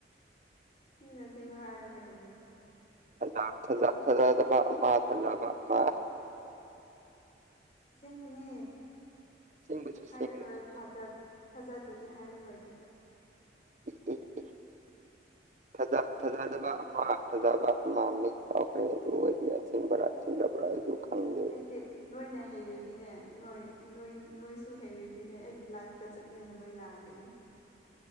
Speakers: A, on the left (about 40°); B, on the right (about 40°).
A: ꯃꯤꯅ ꯑꯁꯦꯡꯕ ꯍꯥꯏꯔꯒ ꯀꯩꯅꯣ
B: ꯊꯖꯥ ꯊꯖ ꯊꯥꯖꯗꯕ ꯑꯃꯥ ꯊꯥꯖꯕ ꯑꯃꯥ
A: ꯑꯁꯦꯡꯕꯅꯦ
B: ꯑꯁꯦꯡꯕꯁꯨ
A: ꯍꯥꯏꯔꯔꯣꯏꯠ
B: ꯁꯦꯡꯉꯤꯅꯤ
A: ꯊꯥꯖꯠ ꯊꯥꯖꯗ꯭ꯔꯥꯗꯤ ꯍꯥꯏꯔꯔꯣꯏꯒꯦ
B: ꯏ ꯏ ꯏ ꯐꯖꯥ ꯐꯖꯥꯗꯕ ꯑꯃ ꯐꯖꯥꯕ ꯑꯃ ꯃꯤꯛꯁ ꯇꯧꯈ꯭ꯔꯦ ꯑꯗꯨ ꯑꯣꯏꯗꯤ ꯑꯁꯦꯡꯕꯔ ꯁꯦꯡꯗꯕ꯭ꯔꯥꯁꯨ ꯈꯪꯗꯦ
A: ꯒꯤ ꯅꯣꯏꯅ ꯍꯩꯔꯗꯤꯅꯦ ꯅꯣꯏ ꯅꯣꯏ ꯅꯣꯏꯁꯨ ꯍꯩꯔꯗꯤꯅꯦ ꯑꯩꯒꯤ ꯂꯥꯏꯐ ꯇꯥ ꯆꯠꯃꯤꯟꯅꯕ ꯌꯥꯒꯅꯤ